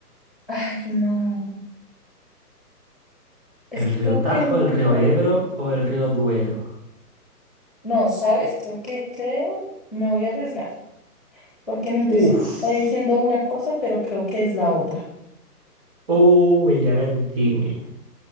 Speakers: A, in the centre; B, on the right.
A: ay, no. Es
B: ¿El
A: que
B: río
A: creo
B: Tajo,
A: que uno,
B: el río Ebro o el río Duero?
A: no, ¿sabes? Creo que creo, me voy a arriesgar, porque mi intuición
B: Uf.
A: me está diciendo una cosa, pero creo que es la otra.
B: Uy, a ver, dime.